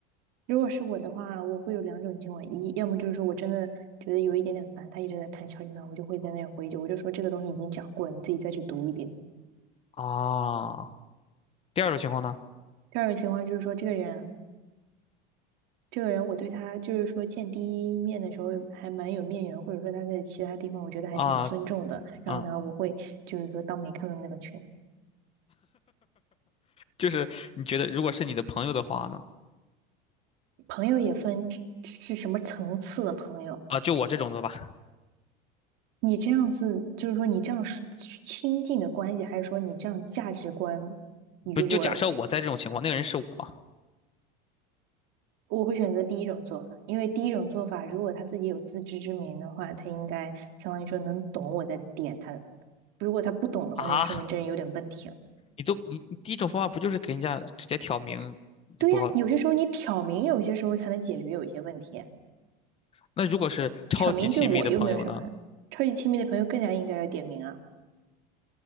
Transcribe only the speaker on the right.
如果是我的话，我会有两种情况：一，要么就是说我真的觉得有一点点烦，他一直在弹消息呢，我就会在那里回一句，我就说这个东西已经讲过了，你自己再去读一遍。
第二种情况就是说，这个人，这个人，我对他就是说见第一面的时候还蛮有面缘，或者说他在其他地方我觉得还挺尊重的。
然后呢，
我会就是说当没看到那个群，
朋友也分是什么层次的朋友。
你这样子，就是说你这样是亲近的关系，还是说你这样价值观与我
我会选择第一种做法，因为第一种做法，如果他自己有自知之明的话，他应该相当于说能懂我在点他。如果他不懂的话，
那就说明这人有点问题了。
对呀，有些时候你挑明，有些时候才能解决有一些问题。
挑明对我又没有伤害，超级亲密的朋友更加应该要点名啊。